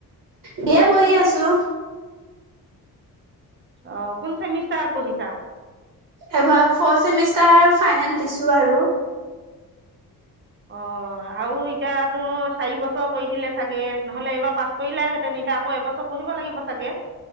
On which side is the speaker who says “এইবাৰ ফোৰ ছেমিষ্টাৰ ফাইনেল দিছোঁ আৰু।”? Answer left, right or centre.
Right